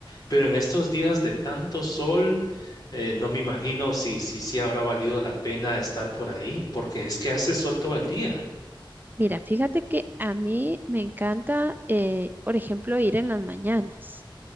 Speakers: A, on the left; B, on the right.
A: pero en estos días de tanto sol... Eh, no me imagino si, si, si habrá valido la pena estar por ahí, porque es que hace sol todo el día,
B: Mira, fíjate que a mí me encanta, eh, por ejemplo, ir en las mañanas.